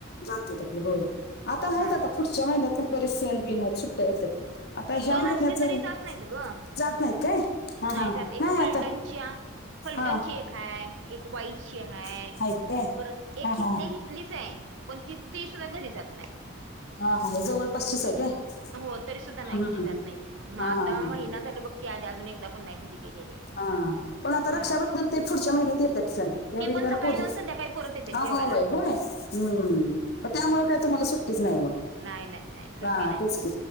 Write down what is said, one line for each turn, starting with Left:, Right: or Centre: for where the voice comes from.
Left: जात आपले होय आता आहेत
Right: हम्म.
Left: आता पुढच्या महिन्यात पण बरे सण बिन आहेत सुट्ट्या येतात. आता ह्या
Right: सण
Left: महिन्यात
Right: असले
Left: जर
Right: तरी जात नाहीत ग
Left: जात नाहीत काय हा
Right: नाही
Left: हा.
Right: एक
Left: नाही
Right: फलटणची-
Left: आता
Right: फलटणची
Left: हा
Right: एक हाय आहे. एक वाईची हाय
Left: आहेत काय
Right: परत एक
Left: हा
Right: हितले
Left: हा
Right: हितलीच आहे. पण ति तीसं घरी जात नाही.
Left: हाहा हे जवळ पास ची आहे काय?
Right: हो तरी सुद्धा
Left: हम्म,
Right: नाही
Left: हम्म.
Right: घरी जात नाही त मग
Left: हा
Right: आता
Left: हा हा
Right: महिना झाल बघ ती आली अजून एकदा पण नाही घरी गेलेली.
Left: हा पण आता
Right: हम्म
Left: रक्षाबंधन ते पुढच्या महिन्यात येतात सण. त्यावेळी
Right: ती पण
Left: जरा
Right: सकाळी
Left: पोलीस
Right: जाऊन संध्याकाळी परत येते
Left: अगं
Right: जेवायला
Left: बाई होय हम् त्यामुळे काय तुम्हाला सुट्टया. नाही मग
Right: नाही नाही नाही सुट्टी
Left: हा
Right: नाही
Left: तेच क